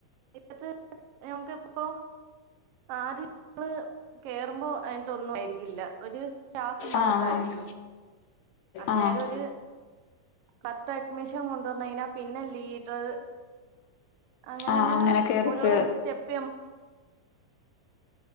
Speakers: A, on the right; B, on the left.
A: എന്നിട്ട് ഞമ്മക്കിപ്പോ ആദ്യം ഞമ്മള് കേറുമ്പോ അങ്ങൻതൊന്നും ആയിരിക്കില്ല ഒരു സ്റ്റാഫ് മാത്രായിരിക്കും.
B: ആഹ് ആഹ്
A: അന്നേരം
B: ആഹ്
A: ഒര് പത്ത് അഡ്മിഷൻ കൊ ണ്ട് വന്ന് കഴിഞ്ഞാ പിന്നെ ലീഡർ അങ്ങനങ്ങനെ
B: ആഹ് അങ്ങനെ കേറിപ്പോ
A: ഓരോ സ്റ്റെപ്പ് ന